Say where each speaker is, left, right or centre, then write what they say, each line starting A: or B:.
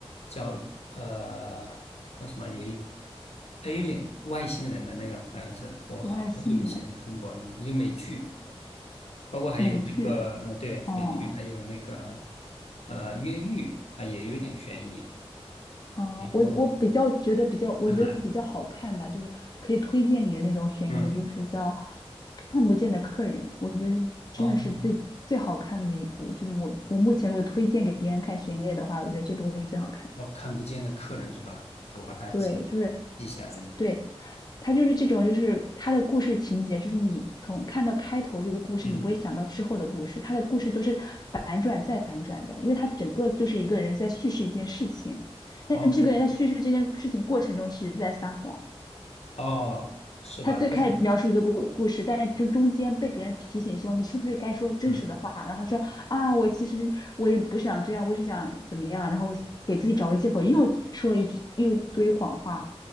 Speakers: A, on the left (about 80°); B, on the left (about 40°).
A: 叫呃叫什么，有一 Alien 外星人的那个，好像是我好久以前看过那个一个美剧，
B: 《我爱新人》
A: 包括还有那个呃对美剧，
B: 美剧，哦。
A: 还有那个呃越狱啊，也有一点悬疑。
B: 嗯，
A: 没错哦，
B: 我我比较觉得比较，我觉得比较好看的，
A: 看来
B: 就是可以推荐你的那种悬疑的，
A: 嗯
B: 就是叫《看不见的客人》，我觉得是真的是最最好看的那一部。
A: 哦，
B: 就是我我目前如果推荐给别人看悬疑类的话，我觉得这部会是最好看。
A: 我看不见的客人是吧？我把它记
B: 对，就是
A: 记下来那个
B: 对，他就是这种，就是他的故事情节，就是你从看到开头这个故事，
A: 嗯
B: 你不会想到之后的故事，他的故事都是反转再反转的，因为他整个就是一个人在叙事一件事情，但是这个人在叙事这件事情过程中，
A: 哦
B: 其实在撒谎。
A: 哦是吧？
B: 他最开始描述一个故故事，
A: 就是
B: 但是就中间被别人提醒说你是不是该说真实的话，
A: 嗯
B: 然后他说啊，我其实我也不想这样，我是想怎么样，然后给自己找个借口，又说一句又一堆谎话。